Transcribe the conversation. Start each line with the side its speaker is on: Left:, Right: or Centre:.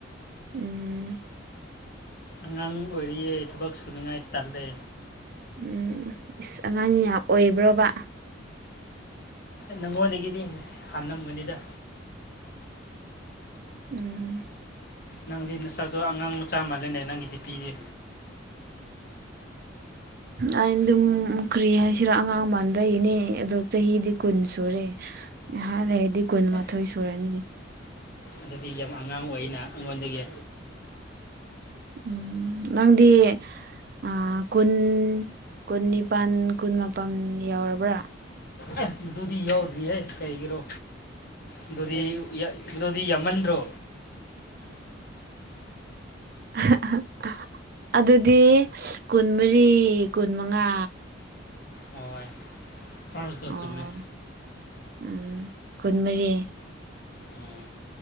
Right: ꯎꯝ
Left: ꯑꯉꯥꯡ ꯑꯣꯏꯔꯤꯌꯦ ꯊꯕꯛ ꯁꯨꯅꯤꯉꯥꯏ ꯇꯜꯂꯦ
Right: ꯎꯝ ꯏꯁ ꯑꯉꯥꯡꯅꯤ ꯌꯥꯝ ꯑꯣꯏꯕ꯭ꯔꯣꯕ
Left: ꯅꯪꯉꯣꯟꯗꯒꯤꯗꯤ ꯍꯥꯟꯂꯝꯒꯅꯤꯗ
Right: ꯎꯝ
Left: ꯅꯪꯗꯤ ꯅꯁꯛꯗꯣ ꯑꯉꯥꯡ ꯃꯆꯥ ꯃꯥꯜꯂꯅꯦ ꯅꯪꯒꯤꯗꯤ ꯄꯤ ꯒꯤ
Right: ꯑꯩꯅ ꯑꯗꯨꯝ ꯀ꯭ꯔꯤ ꯍꯥꯏꯁꯤꯔ ꯑꯉꯥꯡ ꯃꯥꯟꯕꯩꯅꯦ ꯑꯗꯣ ꯆꯍꯤꯗꯤ ꯀꯨꯟ ꯁꯨꯔ ꯉꯥꯏꯍꯛ ꯂꯩꯗꯤ ꯀꯨꯟꯃꯥꯊꯣꯏ
Left: ꯑꯁ
Right: ꯁꯨꯔꯅꯤ
Left: ꯑꯗꯨꯗꯤ ꯌꯥꯝ ꯑꯉꯥꯡ ꯑꯣꯏꯅ ꯑꯩꯉꯣꯟꯗꯒꯤ
Right: ꯎꯝ ꯅꯪꯗꯤ ꯑꯥ ꯀꯨꯟ ꯀꯨꯟꯅꯤ ꯅꯤꯄꯥꯟ ꯀꯨꯟ ꯃꯥꯄꯟ ꯌꯥꯎꯔꯕ꯭ꯔꯥ
Left: ꯑꯦ ꯑꯗꯨꯗꯤ ꯌꯥꯎꯗ꯭ꯔꯤꯍꯦ ꯀꯩꯒꯤꯔꯣ ꯑꯗꯨꯗꯤ ꯑꯗꯨꯗꯤ ꯌꯥꯝꯃꯟꯗ꯭ꯔꯣ
Right: <unintelligible> ꯑꯗꯨꯗꯤ ꯀꯨꯟꯃꯔꯤ ꯀꯨꯟ ꯃꯉꯥ
Left: ꯍꯣꯏ ꯐꯥꯔꯁꯇꯣ
Right: ꯑꯣ
Left: ꯆꯨꯝꯃꯦ
Right: ꯎꯝ ꯀꯨꯟ ꯃꯔꯤ
Left: ꯎꯝ